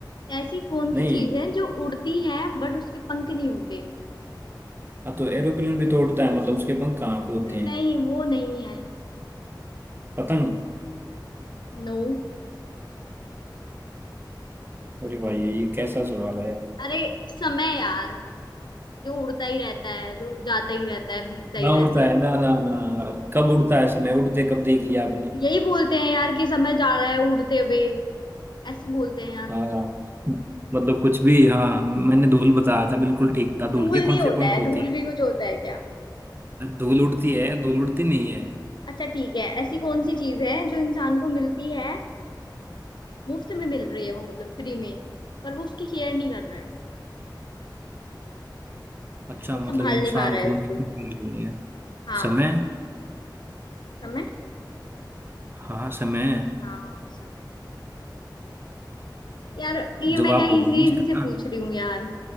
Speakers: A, on the left; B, on the right.
A: ऐसी कौन सी
B: नहीं
A: चीज है जो उड़ती है बट उसके पंख नहीं होते
B: हाँ तो एरोप्लेन भी तो उड़ता है मतलब उसके पंख कहाँ पे होते
A: अरे नहीं
B: हैं
A: वो नहीं है
B: पतंग
A: नो
B: अरे भाई ये कैसा सवाल है
A: अरे समय यार जो उड़ता ही रहता है जो जाता ही रहता है बीतता ही
B: ना
A: रहता
B: उड़ता
A: है
B: है ना ना ना कब उड़ता है समय उड़ते कब देख लिया आपने
A: यही बोलते हैं यार कि समय जा रहा है उड़ते हुए ऐसे बोलते हैं यार
B: हाँ मतलब कुछ भी हाँ मैंने धूल बताया था बिल्कुल ठीक था धूल
A: धूल
B: के
A: नहीं
B: कौन से
A: होता
B: पंख
A: है
B: होते
A: धूल भी कुछ होता है क्या
B: हैं धूल उड़ती है धूल उड़ती नहीं है
A: अच्छा ठीक है ऐसी कौन सी चीज है जो इंसान को मिलती है मुफ्त में मिल रही है वो मतलब फ्री में पर वो उसकी केयर नहीं कर रहा है
B: अच्छा
A: और
B: मतलब
A: संभाल
B: इंसान
A: नहीं पा रहा
B: को
A: है
B: मुफ्त
A: उसको
B: में मिल गई है
A: हाँ
B: समय
A: समय
B: हाँ समय
A: हाँ समय यार ये मैं
B: जवाब
A: क्या
B: हो गया
A: इजी
B: नहीं इसका
A: इजी से पूछ
B: <laughs>
A: रही हूँ यार